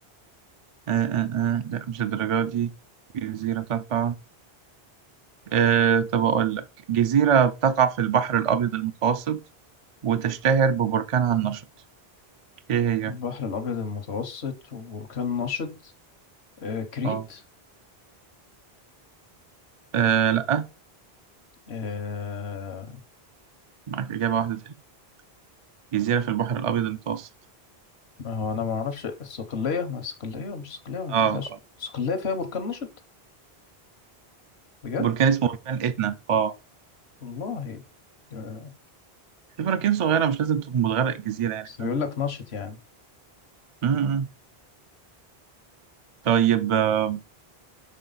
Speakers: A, on the right; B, on the left.
A: آه آه آه. لا مش الدرجة دي جزيرة تقع آه طب أقول لك جزيرة بتقع في البحر الأبيض المتوسط وتشتهر ببركانها النشط إيه هي؟
B: البحر الأبيض المتوسط وبركان نشط آه كريت
A: آه آه، لأ
B: آه
A: معاك إجابة واحدة تانية جزيرة في البحر الأبيض المتوسط
B: ما هو أنا ما أعرفش الصقلية ما الصقلية مش الصقلية ما
A: آه
B: أنت فيهاش
A: آه.
B: الصقلية فيها بركان نشط بجد
A: بركان اسمه بركان إتنا آه
B: والله آه،
A: في براكين صغيرة مش لازم تكون بتغرق الجزيرة يعني
B: بس
A: فاهم
B: بيقول لك نشط يعني
A: م- م. طيب آه،